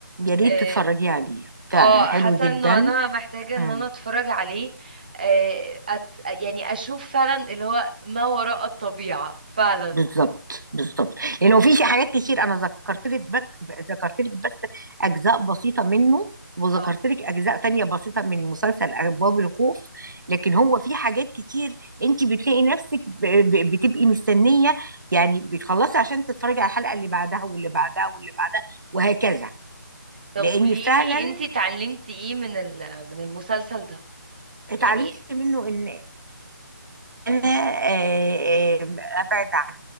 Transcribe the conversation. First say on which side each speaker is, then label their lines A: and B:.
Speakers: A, on the right (about 65°); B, on the right (about 25°).
A: يا ريت
B: اه
A: تتفرجي عليه فعلا
B: آه،
A: حلو
B: حاسة
A: جدا
B: انه انا محتاجة ان
A: مم.
B: انا اتفرج عليه آه، أت... يعني اشوف فعلا اللي هو ما وراء الطبيعة فعلا
A: بالظبط بالظبط لانه في شي- حاجات كتير انا ذكرت لك بك ذكرت لك بس اجزاء بسيطه منه وذكرت
B: اه
A: لك اجزاء تانية بسيطه من مسلسل ابواب الخوف لكن هو في حاجات كتير انت بتلاقي نفسك ب- ب- بتبقي مستنيه يعني بتخلصي عشان تتفرجي على الحلقه اللي بعدها واللي بعدها واللي بعدها وهكذا
B: طب
A: لان
B: قوليلي
A: فعلا
B: انتي اتعلمتي ايه من ال... من المسلسل ده
A: اتعلمت
B: يعني
A: منه ان انا
B: م-
A: آه، آه، ابعد عن